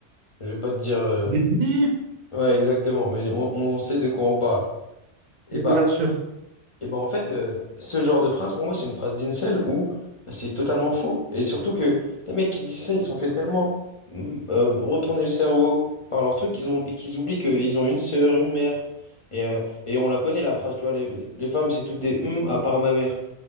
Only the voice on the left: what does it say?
Je vais pas te dire. euh,
Ouais, exactement, mais on, on sait de quoi on parle. Et
bah,
Et ben en fait, euh, ce genre de phrase, pour moi, c'est une phrase d'insel où bah, c'est totalement faux. Et surtout que les mecs qui disent ça, ils sont fait tellement mm, euh, retourner le cerveau par leur truc qu'ils ont, qu'ils oublient qu'ils ont une sœur, une mère. Et, euh, et on la connaît, la phrase, tu vois, les, les- les femmes, c'est toutes des hum à part ma mère.